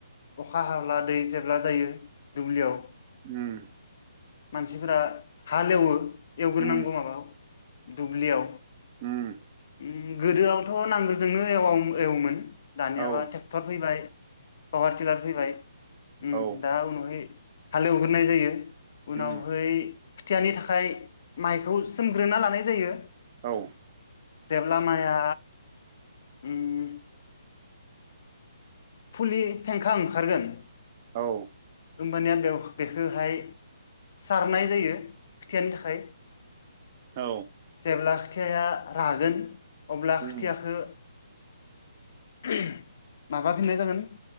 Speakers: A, on the left; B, on the right.
A: अखा हाब्ला दै जेब्ला जायो दुब्लियाव
B: उम
A: मानसिफोरा हाल एवो एवग्रोनांगौ
B: उम
A: माबायाव दुब्लियाव
B: उम
A: उम गोदोआवथ' नांगोलजोंनो एव <unintelligible> एवोमोन दानियाबा
B: औ
A: थेक्थर फैबाय पावार टिलार फैबाय उम
B: औ
A: दा उनावहाय हालेवगोरनाय जायो उनावहै
B: उम
A: खोथियानि थाखाय माइखौ सोमग्रोना लानाय जायो।
B: औ
A: जेब्ला माइया उम फुलि फेंखा ओंखारगोन
B: औ
A: होमबानिया बेयाव बेखोहाय सारनाय जायो। खोथियानि थाखाय
B: औ
A: जेब्ला खोथिया रागोन अब्ला
B: उम
A: खोथियाखो <unintelligible> माबा फिननाय जागोन